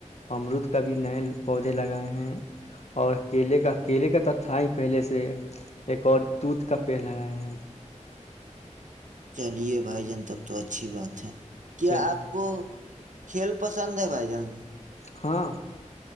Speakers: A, on the left; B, on the right.
A: امرود کا بھی نئے پودے لگائے ہیں اور کیلے کا کیلے کا تو تھا ہی پہلے سے ایک اور دوتھ کا پیڑ لگائے ہیں
B: چلیے بھائی جان تب تو اچھی بات ہے کیا
A: چل
B: آپ کو کھیل پسند ہے بھائی جان
A: ہاں